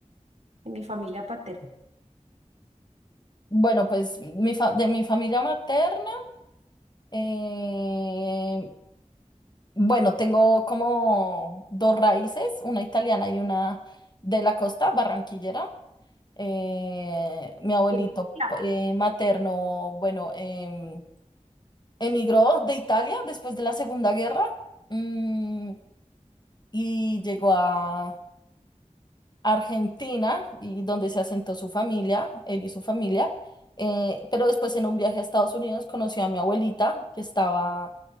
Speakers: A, on the right; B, on the left.
A: de mi familia paterna.
B: Bueno, pues mi fa- de mi familia materna. Eh, bueno, tengo como dos raíces, una italiana y una de la costa, barranquillera. Eh, mi abuelito
A: ¿Qué mezcla?
B: eh, materno, bueno, em, emigró de Italia después de la Segunda Guerra, mm, y llegó a, Argentina y donde se asentó su familia, él y su familia. eh, pero después en un viaje a Estados Unidos conoció a mi abuelita que estaba